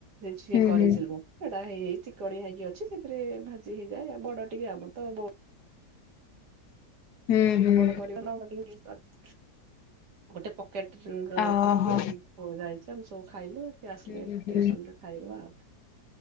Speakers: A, on the right; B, on the left.
A: ଯିଏ
B: ହୁଁ
A: କରିଥିବ
B: ହୁଁ
A: ସେଟା ହେଇ ହେଇ ଠିକ୍। କଡିଆ ହେଇକି ଅଛି ସେଥିରେ ଭାଜି ହେଇଯାଏ ବଡ ଟିକେ ଆମର ତବୋ
B: ହୁଁ ହୁଁ
A: ବଡ ପରିବାର ନା ଆମର ଟିକେ ଜିନିଷ ଅଛି। ଗୋଟେ ପକେଟ୍ ର
B: ଓହୋ।
A: କରିଲି ଆମପୁଆ ଯାଇଚି ଆମେ ସବୁ ଖାଇଲୁ ସିଏ ଆସିଲେ
B: ହୁଁ ହୁଁ
A: ଟିଉସନରୁ। ଖାଇମୁ ଆଉ